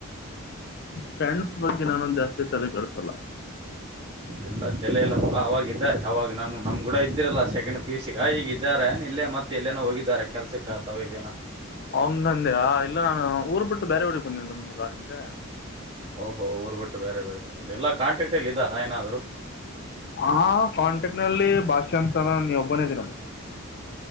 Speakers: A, on the left (about 50°); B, on the right (about 25°).
A: ಫ್ರೆಂಡ್ಸ್ ಬಗ್ಗೆ ನಾನೊಂದ ಜಾಸ್ತಿ ತಲೆ ಕಡಸಲ್ಲ
B: ಇಲ್ಲ ತಲ ಇಲ್ಲಪ್ಪಾ ಅವಾಗ ಇದ ಅವಾಗ ನಾನು ನಮ್ಗೂಡ ಇದ್ದಿರಲ್ಲ ಸೆಕೆಂಡ್ ಪಿ ಯು ಸಿಗ ಈಗ ಇದ್ದಾರೆ ಇಲ್ಲೇ ಮತ್ತೆ ಎಲ್ಲೇನೋ ಹೋಗಾರ ಕೆಲ್ಸಕ್ ಆಗ್ತವ ಇಲ್ಲನ
A: ಅವನ್ ನಂದ್ಯಾ ಇಲ್ಲ ನಾನು ಊರ್ ಬಿಟ್ಟು ಬೇರೆ ಹೊಡ ಬಂದ ಬ ನಿಮ್ಗೆ
B: ಓಹೋ ಊರು ಬಿಟ್ಟು ಬೇರೆ ಬ ಎಲ್ಲ ಕಾಂಟ್ಯಾಕ್ಟ್ಲ್ಲಿ ಇದ್ದಾರಾ ಏನಾದ್ರು
A: ಹಾ ಕಾಂಟೆಕ್ಟ್ ನಲ್ಲಿ ಭಾಷೆ ಅಂತಾನ ನೀ ಒಬ್ಬನಿದ್ದೀ ನೋಡಿ